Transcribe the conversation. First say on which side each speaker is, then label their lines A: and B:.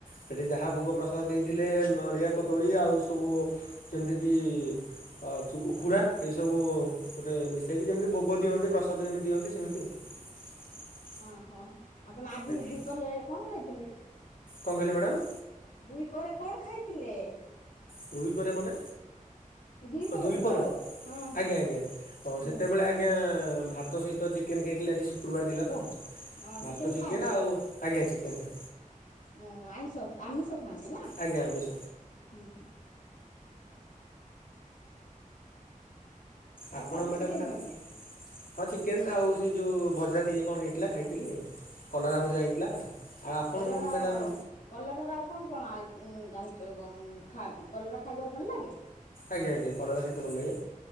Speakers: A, on the left; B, on the left.
A: ସେଠି ଯାହା ଭୋଗ ପ୍ରସାଦ ଦେଇଥିଲେ ନଡ଼ିଆ କଦଳୀ ଆଉ ସବୁ ଯେମିତିକି ଆ ଉଖୁଡ଼ା ଏଇସବୁ ଗୋଟେ ମିଶାଇକି ଯେମିତି ଭୋଗ ଦିଅନ୍ତି ପ୍ରସାଦ ଯେମିତି ଦିଅନ୍ତି ସେମିତି <unintelligible>
B: ଓହୋ ଆପଣ ଆଜି
A: ଆଜ୍ଞା
B: ଦୀପରେ କନ୍ ଖାଇଥିଲେ?
A: କଣ କହିଲେ ମ୍ୟାଡ଼ାମ।
B: ଦୁଇ ପହରେ କଣ ଖାଇଥିଲେ?
A: ଦୁଇ ପହରେ ମାନେ
B: ଦିପହରେ
A: ଦୁଇ
B: ଉପର
A: ପହରେ
B: ହଁ ହଁ
A: ଆଜ୍ଞା ଆଜ୍ଞା
B: ହୁଁ
A: ସେତେବେଳେ ଆ ଆଜ୍ଞା ଭାତ ସହିତ ଚିକେନ ଖାଇଥିଲି ଆଜି ଶୁକ୍ରବାର ଥିଲା ତ
B: ହଁ ଚିକେନ
A: ଭାତ ଚିକେନ୍
B: ଖାଆନ୍ତି।
A: ଆଉ ଆଜ୍ଞା ଚିକେନେ
B: ଓହୋ ଆଇଁସ ଆମିଷ ଖାଆନ୍ତି ନା ହୁଁ
A: ଆଜ୍ଞା ଆମିଷ
B: <unintelligible> ଆଉ
A: ଆପଣ
B: ଖାଲି
A: ମ୍ୟାଡ଼ମ
B: ଚିକେନ
A: ଖାଆନ୍ତି
B: ଖାଇଥିଲେ?
A: ହଁ ଚିକେନ୍ ଆଉ ସେ ଯୋଉ ଭଜା ଟିକେ କଣ ହେଇଥିଲା ଖାଇଥିଲି କଲରା
B: ଓ
A: ଭଜା ହେଇଥିଲା ଆଉ ଆପଣ
B: କଲରାର
A: ମ୍ୟାଡ଼ାମ୍
B: କଲରାର ଆଉ କଣ କଣ ଜାଣିଛ ଖାଆନ୍ତି କଲରା ଖାଇବାକୁ ଭଲ ଲାଗେ।
A: ଆଜ୍ଞା ଆ୍ଞା କଲରା ଖାଇତ ଭଲ ଲାଗେ